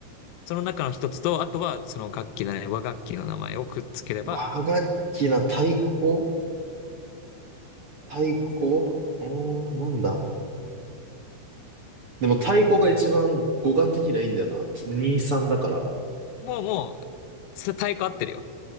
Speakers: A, on the left; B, on the right.
A: その中の一つと、あとはその楽器だね、和楽器の名前をくっつければ、
B: 和楽器な太鼓太鼓うーん、なんだでも太鼓が一番五感的にはいいんだよな。2、3だから。
A: もうもう、さ太鼓合ってるよ。